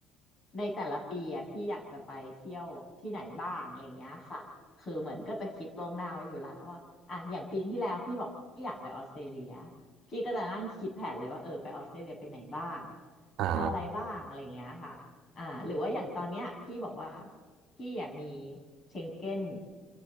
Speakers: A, on the left; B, on the right.
A: ในแต่ละปีอะพี่อยากจะไปเที่ยวที่ไหนบ้างอะไรเงี้ยค่ะคือเหมือนก็จะคิดล่วงหน้าไว้อยู่แล้วว่าอ่ะอย่างปีที่แล้วพี่บอกพี่อยากไปออสเตรเลียพี่ก็จะนั่งคิดแผนเลยว่าเออไปออสเตรเลียไปไหนบ้าง
B: อ่า
A: ทำอะไรบ้างอะไรเงี้ยค่ะอ่าหรือว่าอย่างตอนเนี้ยพี่บอกว่าพี่อ่ะมีเชงเก้น